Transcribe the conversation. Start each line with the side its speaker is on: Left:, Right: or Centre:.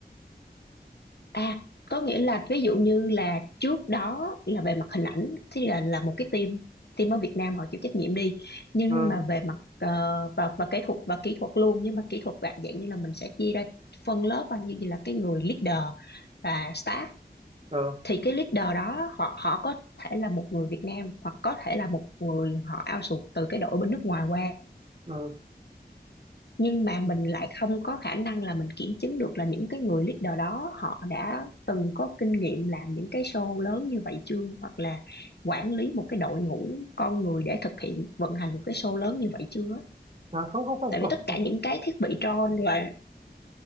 Left: À, có nghĩa là ví dụ như là trước đó là về mặt hình ảnh thì là là một cái team team ở Việt Nam họ chịu trách nhiệm đi nhưng
Right: ờ
Left: mà về mặt ờ, và và kỹ thuật và kỹ thuật luôn nhưng mà kỹ thuật dạng dạng như là mình sẽ chia ra phân lớp anh như là cái người leader và staff
Right: ờ
Left: thì cái leader đó họ họ có thể là một người Việt Nam hoặc có thể là một người họ outsource từ cái đội bên nước ngoài qua
Right: ờ
Left: nhưng mà mình lại không có khả năng là mình kiểm chứng được là những cái người leader đó họ đã từng có kinh nghiệm làm những cái show lớn như vậy chưa hoặc là quản lý một cái đội ngũ con người để thực hiện vận hành một cái show lớn như vậy chưa
Right: à, không không không
Left: tại
Right: không
Left: vì tất cả những cái thiết bị drone và